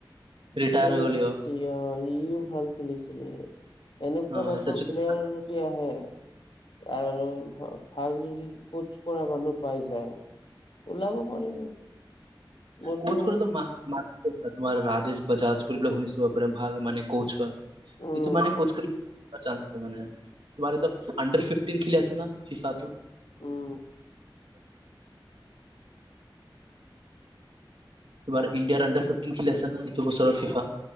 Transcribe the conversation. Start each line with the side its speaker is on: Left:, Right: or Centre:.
Right: ৰিটায়াৰ
Left: সুনীল
Right: হৈ গ'লেও
Left: চেত্ৰী অ সিও ভাল খেলিছিলে এনেকুৱা
Right: অ
Left: টাইপৰ
Right: এতিয়া যদি
Left: প্লেয়াৰ। যদি আহে। আৰু ভাল যদি ক'চ কৰা মানুহ পাই যায়। ওলাব পাৰিব। মোৰতো
Right: কোচ কৰে <unintelligible> তোমাৰ ৰাজেশ বাজাজ কৰিবাক শুনিছো, বাৰে ভাল মানে ক'চ হয়।
Left: উম
Right: এইটো মানে <unintelligible> কৰি চানছ আছে মানে, তোমাৰ এইটো আণ্ডাৰ ফিফ্টিন খেলি আছে ন। ফিফাটো।
Left: উম
Right: তোমাৰ ইণ্ডিয়াৰ আণ্ডাৰ ফিফটিন খেলি আছে না, এইটো বছৰত ফিফা।